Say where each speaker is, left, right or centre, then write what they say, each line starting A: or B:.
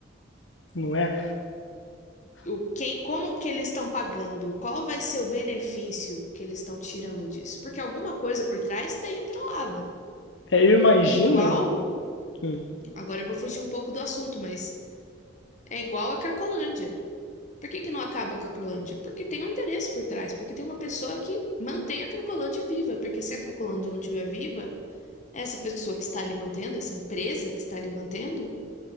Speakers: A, on the left; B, on the left.
A: Não é?
B: o quem, como que eles estão pagando? Qual vai ser o benefício que eles estão tirando disso? Porque alguma coisa por trás tem atrelada.
A: É, eu imagino.
B: E igual,
A: Hum,
B: agora eu vou fugir um pouco do assunto, mas é igual a Cracolândia. Por que que não acaba a Cracolândia? Porque tem um interesse por trás, porque tem uma pessoa que mantém a Cracolândia viva, porque se a Cracolândia não estiver viva, essa pessoa que está ali mantendo, essa empresa que está ali mantendo,